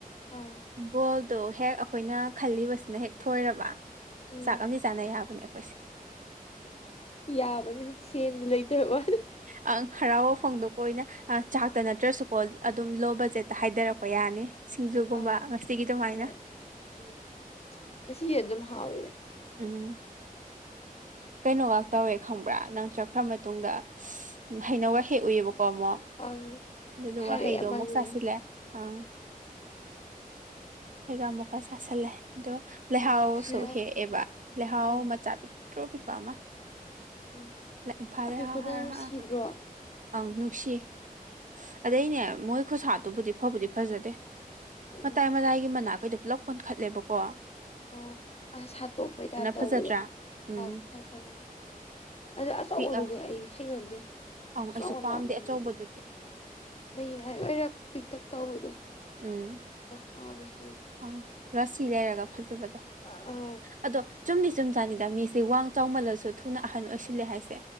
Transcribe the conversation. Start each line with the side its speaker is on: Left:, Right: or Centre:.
Left: ꯑꯥ
Right: ꯕꯣꯜꯗꯣ ꯍꯦꯛ ꯑꯩꯈꯣꯏꯅ ꯈꯜꯂꯤꯕꯁꯤꯅ ꯍꯦꯛ ꯊꯣꯏꯔꯕ
Left: ꯎꯝ
Right: ꯆꯥꯛ ꯑꯃꯗꯤ ꯆꯥꯅꯩ ꯌꯥꯕꯅꯦ ꯑꯩꯈꯣꯏꯁꯦ
Left: ꯌꯥꯕꯅꯤ ꯁꯦꯟ ꯂꯩꯇꯕ ꯋꯥꯅꯤ
Right: ꯑꯪ ꯍꯔꯥꯎꯕ ꯐꯪꯗꯣꯛꯄ ꯑꯣꯏꯅ ꯆꯥꯛꯇ ꯅꯠꯇ꯭ꯔꯁꯨꯀꯣ ꯑꯗꯨꯝ ꯂꯣ ꯕꯖꯦꯠꯇ ꯍꯥꯏꯊꯔꯛꯄ ꯌꯥꯅꯤ ꯁꯤꯡꯖꯨꯒꯨꯝꯕ
Left: ꯑꯥ
Right: ꯉꯁꯤꯒꯤ ꯑꯗꯨꯃꯥꯏꯅ
Left: ꯍꯣꯏ ꯎꯝ ꯉꯁꯤ ꯑꯗꯨꯝ ꯍꯥꯎꯋꯤꯗ
Right: ꯎꯝ ꯀꯩꯅꯣꯒꯥꯛ ꯇꯧꯋꯦ ꯈꯪꯕ꯭ꯔꯥ ꯅꯪ ꯆꯠꯈ꯭ꯔ ꯃꯇꯨꯡꯗ ꯍꯩꯅꯧꯒ ꯍꯦꯛꯎꯏꯑꯕꯀꯣ ꯑꯃꯨꯛ
Left: ꯑꯪ
Right: ꯑꯗꯨꯗꯨꯒ
Left: ꯍꯥꯏꯔꯛꯑꯦ
Right: ꯍꯩꯗꯣ
Left: ꯑꯃꯗꯨꯅ
Right: ꯑꯃꯨꯛ ꯆꯥꯁꯤꯜꯂꯦ ꯑꯪ ꯍꯦꯒꯥꯝꯃꯣꯛ ꯈ ꯆꯥꯁꯜꯂꯦꯗꯣ ꯂꯩꯍꯥꯎꯁꯨ
Left: ꯎꯝ ꯈꯔ
Right: ꯍꯦꯛꯑꯦꯕ ꯂꯩꯍꯥꯎ
Left: ꯑꯪ
Right: ꯃꯆꯥ ꯄꯤꯛꯇ꯭ꯔꯨ ꯄꯤꯛꯄ ꯑꯃ
Left: ꯎꯝ
Right: ꯏꯝꯐꯥꯜ
Left: ꯑꯄꯤꯛꯄꯗ ꯅꯨꯡꯁꯤꯗ꯭ꯔꯣ
Right: <inaudible> ꯑꯪ ꯅꯨꯡꯁꯤꯌꯦ ꯑꯗꯩꯅꯦ ꯃꯣꯏ ꯈꯨꯁꯥꯠꯇꯨꯕꯨꯗꯤ ꯐꯥꯕꯨꯗꯤ ꯐꯖꯗꯦ
Left: ꯎꯝ
Right: ꯃꯇꯥꯏ-ꯃꯇꯥꯏꯒꯤ ꯃꯅꯥꯛꯈꯩꯗꯣ ꯄꯨꯂꯞ ꯀ‌ꯣꯟꯈꯠꯂꯦꯕꯀꯣ
Left: ꯑꯣ ꯑꯁ ꯁꯥꯠꯇꯣꯛꯄꯩ ꯇꯥꯏꯞ ꯇꯧꯕꯗꯣ
Right: ꯐꯖꯗ꯭ꯔꯥ ꯎꯝ
Left: ꯑꯥꯎ ꯐꯖꯕꯅꯤ ꯑꯗꯨꯗ ꯑꯆꯧꯕꯗꯨꯗꯤ
Right: ꯄꯤꯛꯑ
Left: ꯑꯩ ꯍꯩꯩꯅꯗꯦ
Right: ꯑꯪ
Left: ꯆꯥꯎꯃꯟ
Right: ꯑꯩꯁꯨ ꯄꯥꯝꯗꯦ
Left: ꯂꯥꯛꯃꯟꯂ‌ꯦ
Right: ꯑꯆꯧꯕꯗꯨꯗꯤ
Left: ꯑꯗꯨꯗꯤ ꯃꯌꯥꯏ ꯑꯣꯏꯔꯞ ꯄꯤꯛꯇꯛ ꯇꯧꯕꯗꯣ
Right: ꯎꯝ
Left: ꯄꯥꯕ <inaudible>
Right: ꯑꯪ ꯔꯥꯁꯤ ꯂꯩꯔꯒ ꯐꯖꯕꯗꯣ
Left: ꯑꯥ ꯎꯪ
Right: ꯑꯗꯣ ꯆꯨꯝꯗꯤ ꯆꯨꯝꯖꯥꯅꯤꯗ ꯃꯤꯁꯦ ꯋꯥꯡ ꯆꯥꯎꯃꯜꯂꯁꯨ ꯊꯨꯅ ꯑꯍꯟ ꯑꯣꯏꯁꯤꯜꯂꯦ ꯍꯥꯏꯁꯦ